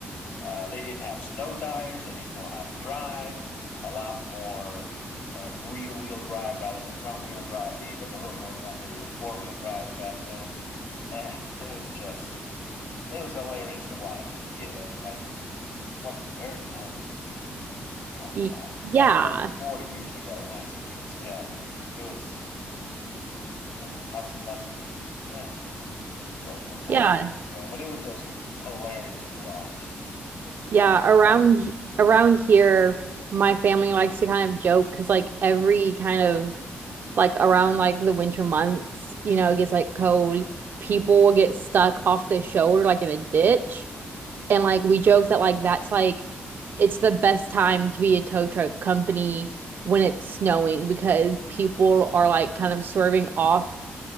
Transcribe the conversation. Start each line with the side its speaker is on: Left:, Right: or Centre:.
Left: Uh, they didn't have snow tires. They didn't know how to drive. A lot more uh, rear wheel drive rather than front wheel drive vehicles. There really weren't that many four wheel drives back then. And <laughs> it was just, it was hilarious to watch as a kid. I, I just wasn't 30 no. It was, oh
Right: Y-
Left: God,
Right: Yeah,
Left: probably close to 40 years ago when I say kid. So yeah, it was, yeah, must, must, yeah, closer to 40
Right: yeah,
Left: years ago. But it was just hilarious to watch at the time.
Right: yeah. Around he- around here, my family likes to kind of joke because like every kind of like around like the winter months, you know, it gets like cold. People will get stuck off the shoulder like in a ditch, And like we joke that like that's like it's the best time to be a tow truck company when it's snowing because people are like kind of swerving off